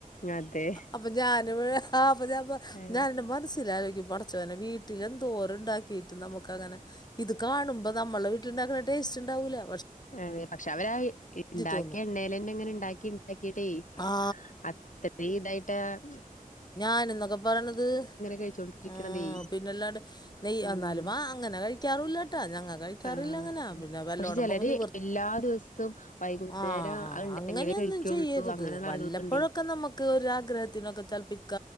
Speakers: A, on the left; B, on the left.
A: അതെ
B: അപ്പൊ ഞാൻ <inaudible> <unintelligible>
A: അതെ
B: <unintelligible> പടച്ചോനെ വീട്ടിലെന്തോര ഉണ്ടാക്കിട്ട് നമുക്ക് അങ്ങനെ ഇത് കാണുമ്പോ നമ്മുടെ വീട്ടിലുണ്ടാ- ടേസ്റ്റ് ഉണ്ടാവൂലാ
A: അതെ പക്ഷെ അവരാ ഉണ്ടാക്കിയ
B: തോന്നും
A: എണ്ണയിതന്നെ അങ്ങനെ ഉണ്ടാക്കി ഉണ്ടാക്കിട്ടേ
B: ആ
A: അത്രയും ഇതായിട്ട-
B: ഞാനന്നൊക്കെ പറയണത്
A: കഴിച്ചോണ്ടിരിക്കണതേ
B: ആ പിന്നെല്ലാണ്ട് നെയ്
A: ഉം
B: എന്നാലും വ അങ്ങനെ കഴിക്കാറുല്ലാട്ടാ ഞങ്ങള് കഴിക്കാറില്ല
A: ആഹ്
B: അങ്ങനെ പിന്നെ വല്ലോടം
A: പക്ഷെ ചെലര്
B: പോവുബം-
A: എല്ലാ ദിവസവും വൈകുന്നേരം
B: ആ
A: അത് ഇണ്ടെങ്കിലേ
B: അങ്ങനെയൊന്നും
A: കഴിക്കുള്ളൂ
B: ചെയ്യരുത്
A: അങ്ങനെയുള്ള
B: വല്ലപ്പഴൊക്കെ
A: ആളുകളുണ്ടേ
B: നമ്മക്ക് ഒരാഗ്രഹത്തിനൊക്കെ ചെലപ്പ ക്ക